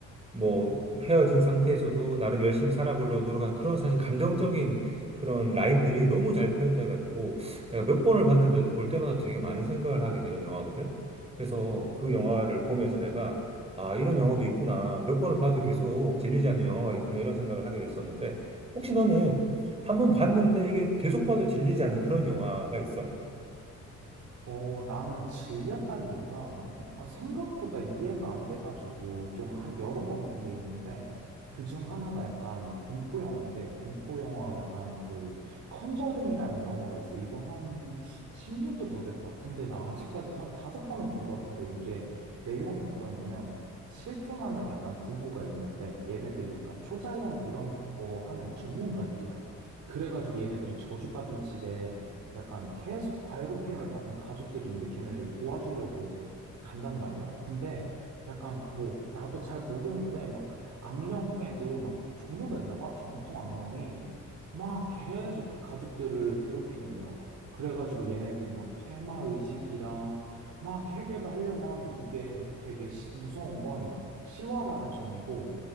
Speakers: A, on the right; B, on the right.
A: 뭐 헤어진 상태에서도 나름 열심히 살아보려고 노력하는 그런 사실 감정적인 그런 라인들이 너무 잘 표현돼가지고 내가 몇 번을 봤는데도 볼 때마다 되게 많은 생각을 하게 되는 영화거든. 그래서 그 영화를 보면서 내가 아, 이런 영화도 있구나. 몇 번을 봐도 계속 질리지 않는 영화가 있구나. 이런 생각을 하게 됐었는데 혹시 너는 한 번 봤는데 이게 계속 봐도 질리지 않는 그런 영화가 있어?
B: 어, 나는 질렸다기보단
A: 음.
B: 아, 생각보다 이해가 안 돼가지고 좀 한 여러 번 본 게 있는데 그 중 하나가 약간 공포 영화인데 공포 영화 약간 그 컨저링이라는 영화가 있어. 이거 한 10년도 더 됐다. 근데 나 아직까지도 한 다섯 번은 본 것 같은데 이게 내용이 어떠냐면 실존하는 약간 부부가 있는데 얘네들이 약간 초자연 이런 거 하는 전문가들이야. 그래가지고 얘네들이 저주받은 집에 약간 계속 과외롭힘을 받는 가족들이 있는데 걔네를 도와주려고 이제 간단 말이야. 근데 약간 뭐 나도 잘 모르는데 막 악령에도 막 종류가 있나 봐. 정통 악령이 막 계속 그 가족들을 괴롭히는 거야. 그래가지고 얘네들이 막 퇴마 의식이랑 막 해결을 하려고 하는데 이게 되게 시- 무서운 건 실화라는 점이고